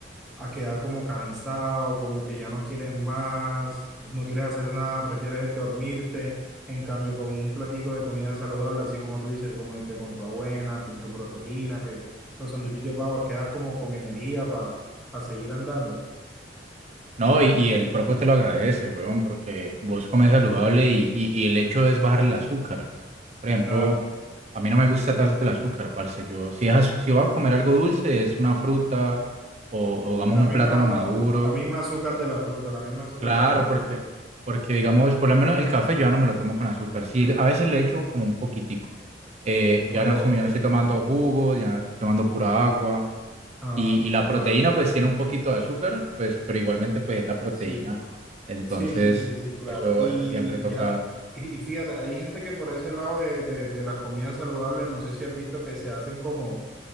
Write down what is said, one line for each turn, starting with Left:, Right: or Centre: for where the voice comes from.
Centre: a quedar como cansado, como que ya no quieres más, no quieres hacer nada, prefieres es dormirte. En cambio, con un platico de comida saludable, así como tú dices, como el que con tu avena, con tu proteína, que los sanduchitos de pavo, quedas como con energía para seguir andando.
Right: No, y, y el cuerpo te lo agradece, huevón, porque vos comes saludable y, y, y el hecho es bajar el azúcar. Por ejemplo,
Centre: Claro,
Right: a mí no me gusta tanto el azúcar, parce. Yo, si, es az- si voy a comer algo dulce, es una fruta o, o digamos
Centre: la
Right: un
Centre: misma,
Right: plátano
Centre: la,
Right: maduro
Centre: la misma azúcar de la fruta, la misma azúcar
Right: Claro,
Centre: de la fruta.
Right: porque, porque digamos, por lo menos el café yo ya no me lo tomo con azúcar. Sí, a veces le echo como un poquitico. Eh, ya
Centre: Ok,
Right: no, tomo- ya no estoy tomando jugos, ya estoy tomando pura agua.
Centre: ah,
Right: Y, y la
Centre: vale,
Right: proteína pues tiene un poquito de azúcar, pues, pero igualmente pues es la proteína.
Centre: sí.
Right: Entonces,
Centre: Sí, sí, sí, sí, claro.
Right: eso,
Centre: Y
Right: eso siempre toca,
Centre: ya, y y fíjate, hay gente que por ese lado de, de, de las comidas saludables, no sé si has visto que se hacen como,